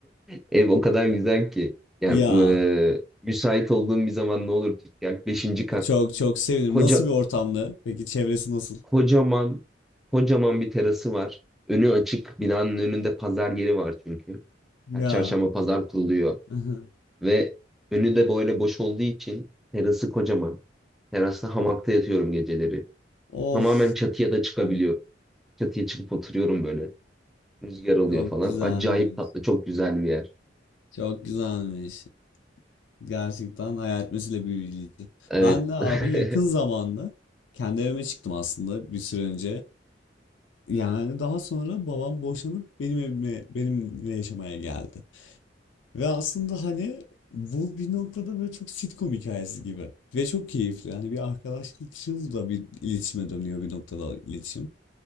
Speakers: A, in the centre; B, on the left.
A: <laughs> ev o kadar güzel ki. Yani
B: Ya
A: e, müsait olduğum bir zaman ne olur Yak beşinci kat.
B: çok çok sevinirim.
A: Koca,
B: Nasıl bir ortamdı? Peki çevresi nasıl?
A: kocaman kocaman bir terası var. Önü açık. Binanın önünde pazar yeri var çünkü.
B: Ya
A: Her çarşamba pazar kuruluyor.
B: <laughs>
A: Ve önü de böyle boş olduğu için terası kocaman. Terasta hamakta yatıyorum geceleri.
B: of
A: Tamamen çatıya da çıkabiliyorum. Çatıya çıkıp oturuyorum böyle. Rüzgar alıyor
B: çok
A: falan.
B: güzelmiş.
A: Acayip tatlı, çok güzel bir yer.
B: Çok güzelmiş. Gerçekten hayal etmesiyle büyüleyici.
A: Evet.
B: Ben de abi
A: <laughs>
B: yakın zamanda kendi evime çıktım aslında bir süre önce. Yani daha sonra babam boşanıp benim evime benimle yaşamaya geldi. Ve aslında hani bu bir noktada böyle çok sitcom hikayesi gibi. Ve çok keyifli. Hani bir arkadaşlıkçıl da bir iletişime dönüyor bir noktada iletişim.